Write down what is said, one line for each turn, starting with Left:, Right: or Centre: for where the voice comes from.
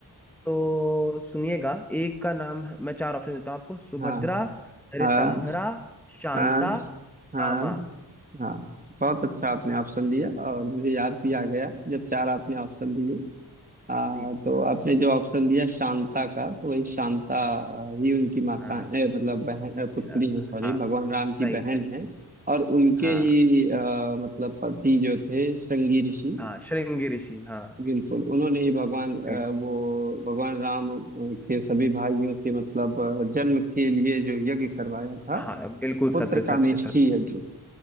Centre: तो सुनिएगा एक का नाम है मैं चार ऑप्शन देता हूँ आपको सुभद्रा
Right: हाँ
Centre: रितंभरा
Right: हाँ
Centre: शांता
Right: हाँ हाँ
Centre: रामा
Right: हाँ बहुत अच्छा आपने ऑप्शन दिया और मुझे याद भी आ गया जब चार आपने ऑप्शन दिए आ,
Centre: जी जी,
Right: तो आपने जो ऑप्शन दिया शांता का तो वही शांता आ,
Centre: हाँ
Right: ही उनकी माता
Centre: हाँ
Right: ए, मतलब बहन अ, पुत्री
Centre: अ,
Right: है सॉरी
Centre: हाँ
Right: भगवान राम की
Centre: सही
Right: बहन
Centre: सही
Right: है और उनके
Centre: हाँ
Right: ही आ, मतलब पति जो थे श्रृंगी ऋषि
Centre: हाँ श्रृंगी ऋषि हाँ
Right: बिल्कुल उन्होंने ही भगवान
Centre: बिल्कुल
Right: आ, वो भगवान राम अ, के सभी भाइयों के मतलब अ, जन्म के लिए जो यज्ञ करवाया था
Centre: हाँ बिल्कुल
Right: पुत्र
Centre: सत्य सत्य
Right: कामेष्ठी
Centre: सत्य
Right: यज्ञ